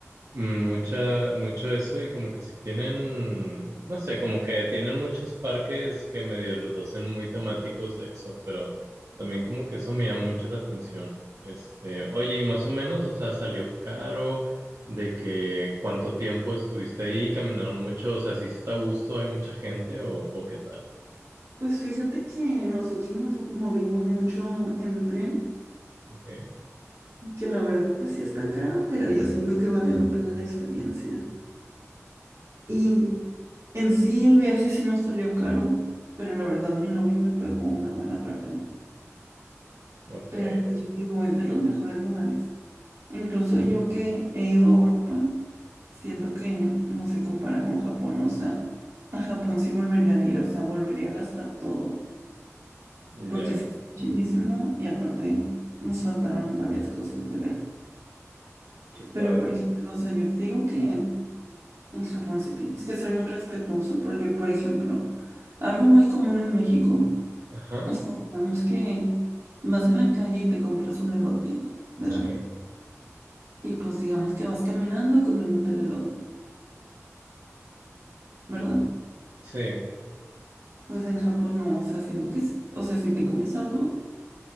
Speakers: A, on the right (about 85°); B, on the right (about 60°).
A: mucha, mucho eso y como que si tienen, no sé, como que tienen muchos parques que medio los hacen muy temáticos de eso, pero también como que eso me llama mucho la atención. Este, oye, y más o menos, o sea, salió caro, de que cuánto tiempo estuviste ahí, caminaron mucho, o sea, si está a gusto, hay mucha gente o, o qué tal.
B: Pues fíjate que nosotros nos movimos mucho en tren,
A: Ok,
B: que la verdad pues sí está caro, pero yo siento que vale la pena la experiencia. Y en sí el viaje sí nos salió caro, pero la verdad mi novio me pagó una buena parte.
A: ok,
B: Pero pues yo digo, es de los mejores lugares. Incluso yo que he ido a Europa, siento que no se compara con Japón. O sea, a Japón sí volvería a ir, o sea, volvería a gastar todo,
A: ya,
B: porque sí es chidísimo y aparte nos faltaron varias cosas de ver.
A: qué padre.
B: Pero por ejemplo, o sea, yo te digo que... En Japón sí tienes que ser muy respetuoso porque, por ejemplo, algo muy común en México,
A: Ajá,
B: o sea, digamos que vas en la calle y te compras un elote, ¿verdad?
A: sí,
B: Y pues digamos que vas caminando comiéndote el elote, ¿verdad?
A: sí,
B: Pues en Japón no, o sea, siento que, si- o sea, si te comes algo,